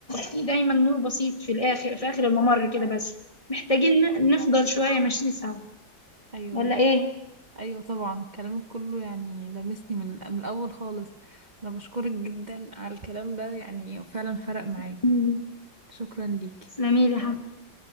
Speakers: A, on the left (about 20°); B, on the right (about 30°).
A: في دايما نور بسيط في الآخر في آخر الممر كده بس محتاجين ن-
B: طبعا.
A: نفضل شوية ماشيين سوا
B: ايوه
A: ولا
B: بالظبط
A: إيه؟
B: ايوه طبعا كلامك كله يعني لمسني من من الاول خالص انا بشكرك جدا على الكلام ده يعني فعلا فرق معايا
A: تسلميلي
B: شكرا ليك
A: تسلميلي يا حبيبي